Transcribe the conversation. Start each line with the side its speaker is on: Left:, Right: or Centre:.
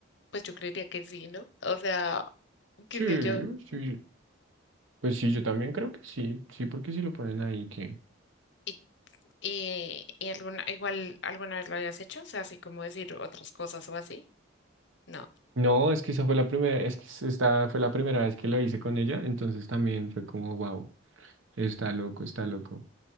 Left: pues yo creería que sí, ¿no? O sea, qué
Right: sí,
Left: sé yo.
Right: sí. Pues sí, yo también creo que sí, sí, porque si lo ponen ahí que...
Left: Y, y, y alguna, igual alguna vez lo habías hecho, o sea, así como decir otras cosas o así. No.
Right: No, es que esa fue la primera, es que s- esta fue la primera vez que lo hice con ella, entonces también fue como, wow, está loco, está loco.